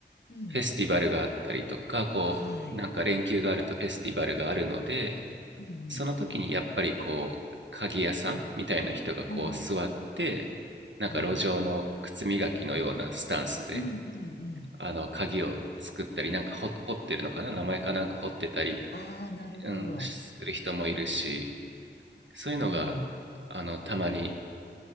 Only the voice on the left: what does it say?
うん、
はい、うん、うん、
うん、
はい、うん、うん、うん。
ああ、なるほど。
うん。